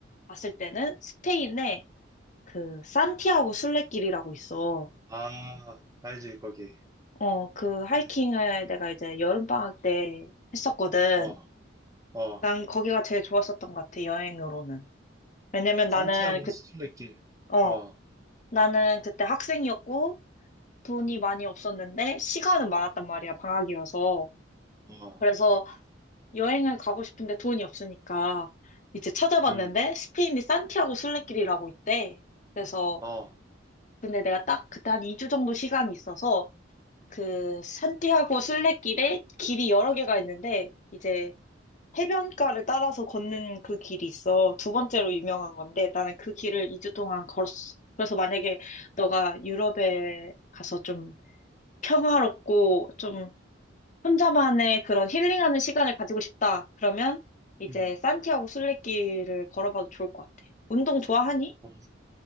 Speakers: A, on the left; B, on the right.
A: 봤을 때는 스페인에 그 산티아고 순례길이라고 있어.
B: 아, 알지, 거기.
A: 어, 그 하이킹을
B: 음.
A: 내가 이제 여름방학 때 했었거든.
B: 어, 어,
A: 난 거기가 제일 좋았었던 것 같아, 여행으로는. 왜냐면 나는
B: 산티아고
A: 그,
B: 수출레길
A: 어,
B: 어,
A: 나는 그때 학생이었고 돈이 많이 없었는데 시간은 많았단 말이야, 방학이어서.
B: 어,
A: 그래서 여행을 가고 싶은데 돈이 없으니까 이제 찾아봤는데
B: 음,
A: 스페인이 산티아고 순례길이라고 있대. 그래서
B: 어,
A: 근데 내가 딱 그때 한 2주 정도 시간이 있어서 그 산티아고 순례길에 길이 여러 개가 있는데 이제 해변가를 따라서 걷는 그 길이 있어. 두 번째로 유명한 건데 나는 그 길을 2주 동안 걸었어. 그래서 만약에 너가 유럽에 가서 좀 평화롭고 좀 혼자만의 그런 힐링하는 시간을 가지고 싶다. 그러면 이제
B: 음.
A: 산티아고 순례길을 걸어봐도 좋을 것 같아. 운동 좋아하니?
B: 어,